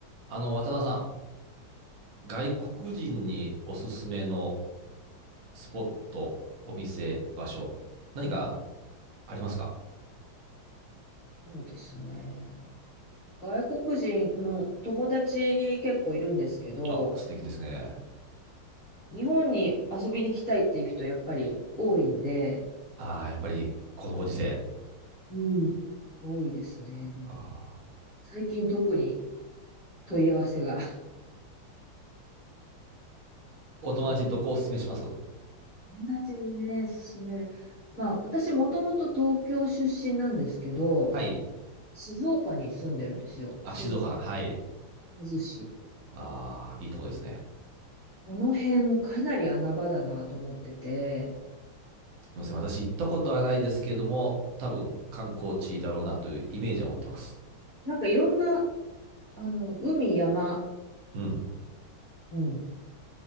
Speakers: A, on the right; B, on the left.
A: あの、渡田さん、外国人におすすめのスポット、お店、場所、何か
B: うん、
A: ありますか
B: そうですね。外国人の友達結構いるんですけど、
A: あ、素敵ですね。
B: 日本に遊びに来たいっていう人やっぱり多いんで、
A: ああ、やっぱりこのご時世。
B: うん。多いですね。
A: あー
B: 最近特に問い合わせが。
A: お友達どこをおすすめします
B: <laughs> 友達にね、勧める。まあ、私もともと東京出身なんですけど、
A: はい。
B: 静岡に住んでるんですよ。
A: あ、
B: 静
A: 静岡が。はい。
B: 岡市。
A: ああ、いいとこですね。
B: この辺かなり穴場だなと思ってて、
A: すみません。私行ったことはないですけども、多分観光地だろうなというイメージは持ってます。
B: なんかいろんな、あの、海、山、
A: うん。
B: うん、